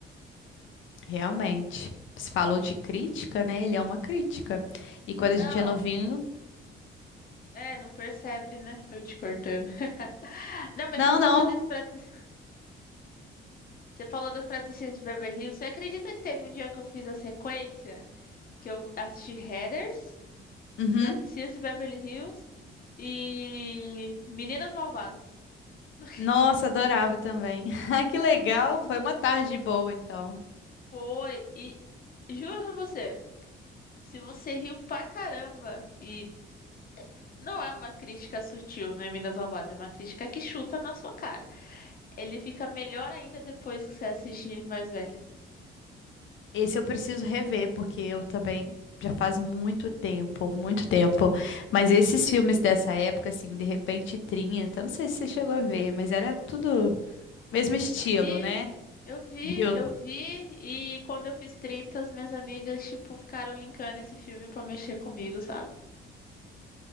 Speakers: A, on the left; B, on the left.
A: Realmente. Você falou de crítica, né? Ele é uma crítica. E quando a
B: Não,
A: gente é novinho.
B: é, não percebe, né? Eu te cortando. <laughs> Não, mas
A: Não,
B: você falou
A: não.
B: das praticidades. Você falou das praticidades de Beverly Hills. Você acredita que teve um dia que eu fiz a sequência? Que eu assisti Heather?
A: Uhum.
B: Os Praticinhas de Beverly Hills e Meninas Malvadas. <laughs>
A: Nossa, adorava também. <laughs> Ah, que legal. Foi uma tarde boa, então.
B: Foi, e juro pra você, se você riu pra caramba, e não é uma crítica sutil, né, Meninas Malvadas, é uma crítica que chuta na sua cara. Ele fica melhor ainda depois que você assiste mais velha.
A: Esse eu preciso rever, porque eu também já faz muito tempo, muito tempo. Mas esses filmes dessa época, assim, de repente 30, não sei se você chegou a ver, mas era tudo mesmo estilo,
B: Eu vi,
A: né?
B: eu vi,
A: Viu?
B: eu vi, e quando eu fiz 30, as minhas amigas, tipo, ficaram linkando esse filme pra mexer comigo, sabe?